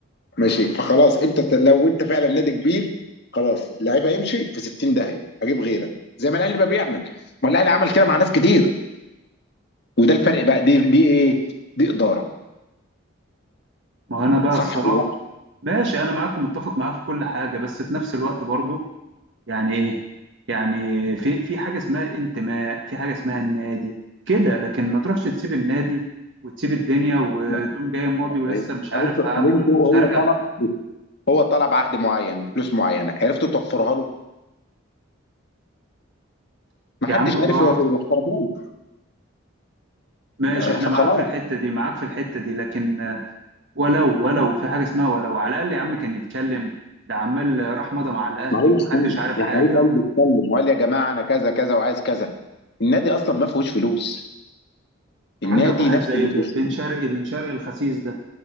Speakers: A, on the left; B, on the right.
A: ماشي فخلاص انت ت- لو انت فعلا نادي كبير خلاص اللعيب هيمشي في 60 داهيه هجيب غيرك زي ما الاهلي بقى بيعمل ما الاهلي عمل كده مع ناس كتير وده الفرق بقى دي دي ايه؟ دي اداره
B: ما هو انا بقى
A: صح
B: الصراحه
A: ولا لا؟
B: ماشي انا معاكم متفق معاك في كل حاجه بس في نفس الوقت برضه يعني ايه يعني في في حاجه اسمها انتماء في حاجه اسمها النادي كده لكن ما تروحش تسيب النادي وتسيب الدنيا وتقوم
A: لا
B: جاي ماضي ولسه
A: إيه؟
B: مش عارف
A: طب انتوا طب
B: هعمل
A: انتوا
B: ولا مش
A: هو
B: هرجع
A: طلب هو طلب عقد معين فلوس معينه عرفتوا توفرها له؟ ما
B: يا
A: حدش
B: عم
A: عارف
B: جار
A: يوفرها له
B: ماشي
A: آه،
B: احنا
A: فخلاص
B: معاك في الحته دي معاك في الحته دي لكن آه، ولو ولو في حاجه اسمها ولو على الاقل يا عم كان يتكلم ده عمال راح مضى مع الاهلي
A: ما هو
B: ومحدش
A: اتكلم
B: عارف
A: يا
B: حاجه
A: حبيب قلبي اتكلم وقال يا جماعه انا كذا كذا وعايز كذا النادي اصلا ما فيهوش فلوس النادي
B: عندك واحد
A: نفسه
B: زي
A: ما
B: ب-
A: فيهوش فلوس
B: بن شرقي بن شرقي الخسيس ده